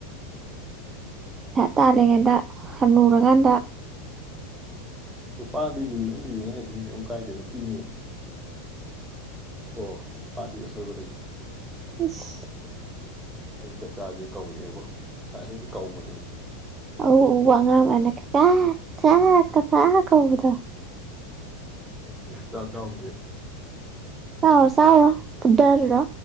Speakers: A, on the right; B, in the centre.
A: ꯄꯩꯁ ꯇꯥꯂꯥꯤꯤꯉꯩꯩꯗ ꯍꯅꯨꯔꯀꯥꯟꯗ
B: ꯅꯨꯄꯥꯗꯤ ꯂꯤꯔꯤ ꯂꯤꯔꯤꯉꯩ ꯑꯗꯨꯝ ꯀꯩꯝ ꯀꯥꯏꯗꯦ ꯅꯨꯄꯤꯅꯤ ꯑꯣ ꯅꯨꯄꯥꯗꯤ ꯑꯁꯣꯏꯕ ꯂꯩꯇꯦ
A: ꯏꯁ
B: ꯑꯩ ꯆꯥꯛꯆꯥꯁꯦ ꯀꯧꯔꯛꯑꯦꯕꯣ ꯉꯁꯥꯏꯗꯒꯤ ꯀꯧꯕꯅꯦ ꯑꯩꯁꯦ
A: ꯑꯎ ꯑꯎꯕ ꯑꯉꯥꯡ ꯑꯃꯅ ꯀꯥꯀ ꯀꯥꯀꯥ ꯀꯀꯥ ꯀꯧꯕꯗꯣ
B: ꯆꯥꯛ ꯆꯥꯎꯒꯤꯒꯦ
A: ꯆꯥꯎꯔꯣ ꯆꯥꯎꯔꯣ ꯐꯨꯗꯔꯨꯔꯣ